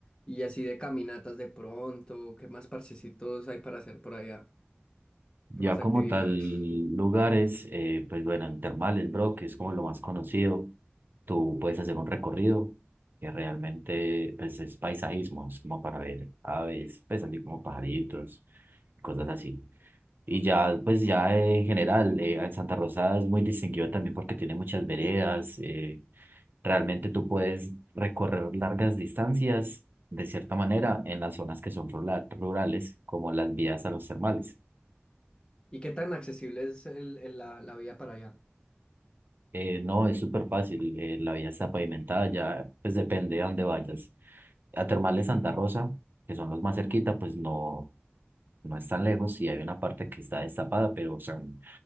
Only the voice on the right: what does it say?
Ya
como
tal, lugares, eh, pues bueno, en Termales, bro, que es como lo más conocido. Tú puedes hacer un recorrido que realmente pues, es paisajismo, es como para ver aves, pues así como pajaritos, cosas así. Y ya, pues ya en general, eh, Santa Rosa es muy distinguido también porque tiene muchas veredas. eh, realmente tú puedes recorrer largas distancias de cierta manera en las zonas que son rula- rurales, como las vías a los termales.
Eh, no, es súper fácil, eh, la vía está pavimentada, ya pues depende de dónde vayas A Termal de Santa Rosa, que son los más cerquita, pues no, no es tan lejos y hay una parte que está destapada, pero son